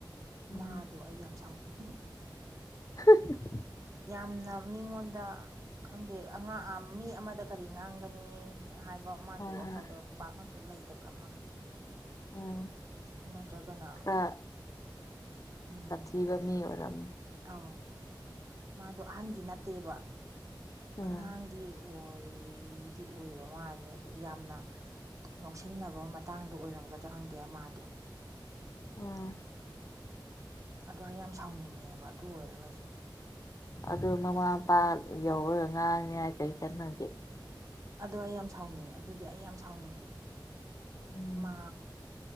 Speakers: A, on the left (about 45°); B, on the right (about 40°).
A: ꯎꯝ
B: ꯃꯥꯗꯣ ꯑꯩ ꯌꯥꯝ ꯁꯥꯎꯅꯤꯡ
A: ꯍꯦ-ꯍꯦ꯫
B: ꯌꯥꯝꯅ ꯃꯤꯉꯣꯟꯗ ꯈꯪꯗꯦ ꯑꯥꯉꯥꯡ ꯃꯤ ꯑꯃꯗ ꯀꯔꯤ ꯉꯥꯡꯒꯅꯤ꯫ ꯍꯥꯏꯕ ꯃꯥꯒꯤ
A: ꯍꯣꯏ
B: ꯋꯥꯈꯜꯗ
A: ꯍꯣꯏ
B: ꯄꯥꯛꯅꯁꯨ ꯂꯩꯇꯕ꯭ꯔꯥ ꯈꯪꯗꯦ꯫
A: ꯎꯝ
B: ꯅꯠꯇ꯭ꯔꯒꯅ
A: ꯈꯔ
B: ꯎꯝ
A: ꯁꯥꯊꯤꯕ ꯃꯤ ꯑꯣꯏꯔꯝꯃꯦ꯫
B: ꯑꯧ ꯃꯥꯗꯣ ꯑꯍꯟꯗꯤ ꯅꯠꯇꯦꯕ
A: ꯎꯝ
B: ꯑꯉꯥꯡꯗꯤ ꯑꯣꯏꯗꯤ ꯑꯣꯏꯕ ꯃꯥꯜꯂꯦ ꯑꯗꯣ ꯌꯥꯝꯅ ꯉꯧꯁꯤꯟꯅꯕ ꯃꯇꯥꯡꯗꯣ ꯑꯣꯏꯔꯝꯒꯗ꯭ꯔꯥ ꯈꯪꯗꯦ ꯑꯃꯥꯗꯣ
A: ꯎꯝ
B: ꯑꯗꯣ ꯑꯩ ꯌꯥꯝ ꯁꯥꯎꯅꯤꯡꯉꯦꯕ ꯑꯗꯨ ꯑꯣꯏꯔꯒꯁꯨ
A: ꯑꯗꯨ ꯃꯃꯥ ꯃꯄꯥ ꯌꯧꯔꯒ ꯉꯥꯡꯑꯦ ꯀꯩ ꯀꯅꯒꯦ꯫
B: ꯑꯗꯣ ꯑꯩ ꯌꯥꯝ ꯁꯥꯎꯅꯤꯡꯉ ꯑꯗꯨꯗꯤ ꯑꯩ ꯌꯥꯝ ꯁꯥꯎꯅꯤꯡꯉꯦꯕ
A: ꯎꯝ
B: ꯃꯥ